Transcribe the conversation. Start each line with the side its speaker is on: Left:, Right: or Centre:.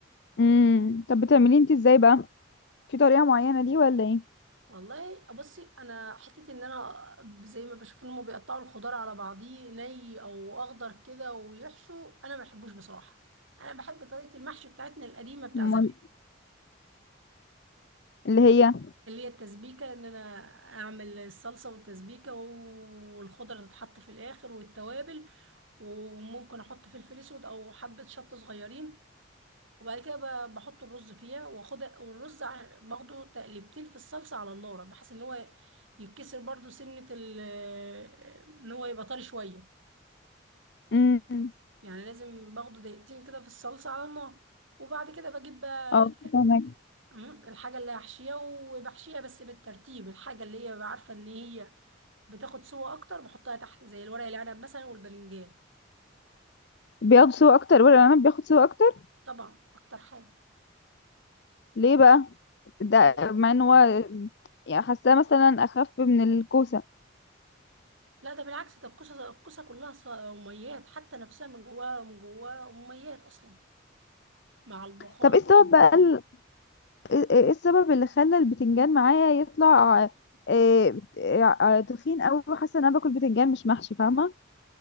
Left: امم طب بتعمليه انت ازاي بقى في طريقة معينة ليه ولا ايه
Right: والله بصي انا حتة ان انا زي ما بشوف ان هم بيقطعوا الخضار على بعضيه ني او اخضر كده ويحشوا انا ما بحبوش بصراحة انا بحب طريقة المحشي بتاعتنا القديمة بتاع
Left: أمال
Right: زمان
Left: اللي هي
Right: اللي هي التسبيكة ان انا اعمل الصلصة والتسبيكة والخضرة تتحط في الاخر والتوابل وممكن احط فلفل اسود او حبة شطة صغيرين وبعد كده ب- بحط الرز فيها واخد والرز ع- باخده تقليبتين في الصلصة على النار بحيث ان هو يتكسر برضو سنة ال ان هو يبقى طري شوية
Left: امم
Right: يعني لازم باخده دقيقتين كده في الصلصة على النار وبعد كده بجيب بقى ال-
Left: اه فهمك
Right: أمم، الحاجة اللي هحشيها وبحشيها بس بالترتيب الحاجة اللي هي عارفة ان هي بتاخد سوا اكتر بحطها تحت زي الورق العنب مثلا والباذنجان
Left: بياخد سوا اكتر ولا انا بياخد سوا اكتر
Right: طبعا اكتر حاجه
Left: ليه بقى ده
Right: أو-
Left: مع ان هو يعني حاساه مثلا اخف من الكوسة
Right: لا ده بالعكس ده الكوسه الكوسه كلها ص- اميات حتى نفسها من جواها من جواها اميات اصلا مع البخار
Left: طب ايه السبب بقى ال- ايه إيه السبب اللي خلى البتنجان معايا يطلع آه، آه، آه، تخين قوي وحاسه ان انا باكل بتنجان مش محشي فاهمة